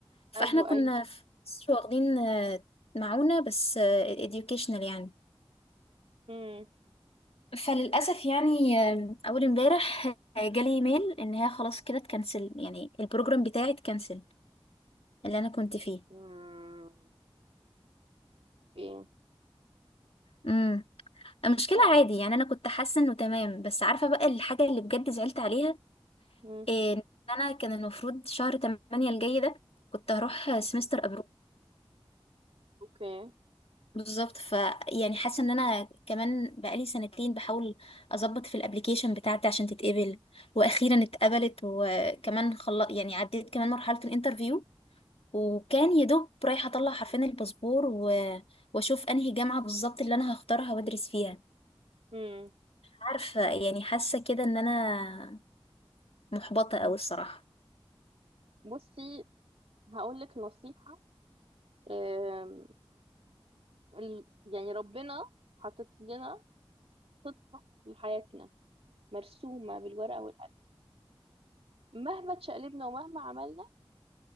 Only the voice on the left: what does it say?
فاحنا
كنا
في مصر واخدين آه، معونة بس آه، educational يعني
فللأسف يعني آم، أول امبارح آه، جالي ايميل إن هي خلاص كده اتكنسل يعني البروجرام بتاعي اتكنسل اللي أنا كنت فيه
امم المشكلة
عادي يعني أنا كنت حاسة إنه تمام بس عارفة بقى الحاجة اللي بجد زعلت عليها
إيه إن انا كان المفروض شهر 8 الجاي ده كنت هروح
سمستر ابرو
بالظبط ف يعني حاسه ان انا كمان بقالي سنتين بحاول اظبط في الابليكيشن بتاعتي عشان تتقبل واخيرا اتقبلت وكمان خل... يعني عديت كمان مرحله الانترفيو وكان يا دوب رايحه اطلع حرفين الباسبور و... واشوف انهي جامعه بالظبط اللي انا هختارها وادرس فيها
عارفه يعني حاسه كده ان انا محبطه قوي الصراحه